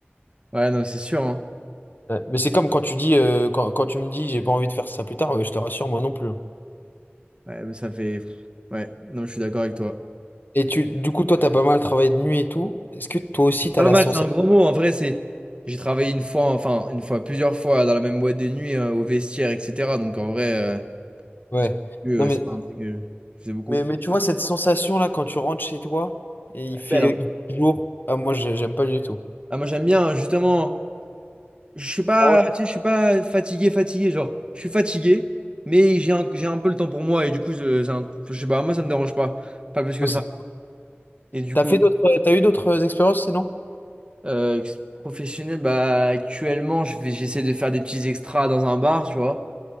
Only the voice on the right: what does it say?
Ouais, non, mais c'est sûr. hein.
Ouais, mais ça fait. Ouais, non, mais je suis d'accord avec toi.
Pas
mal,
c'est un gros mot. En vrai, c'est. J'ai travaillé une fois, enfin, une fois, plusieurs fois dans la même boîte de nuit, euh, au vestiaire, etc. Donc, en vrai, euh,
c'est plus,
euh,
c'est pas un truc que je faisais beaucoup.
Belle, hein.
Ah, moi, j'aime bien, justement. Je suis pas,
tu sais, je suis pas fatigué, fatigué. Genre, je suis fatigué, mais j'ai un, j'ai un peu le temps pour moi. Et du coup, je, c'est un- je sais pas, moi, ça me dérange pas. Pas plus que
ça. Et du
coup,
euh, ex- professionnel, bah, actuellement, je vais- j'essaie de faire des petits extras dans un bar, tu vois.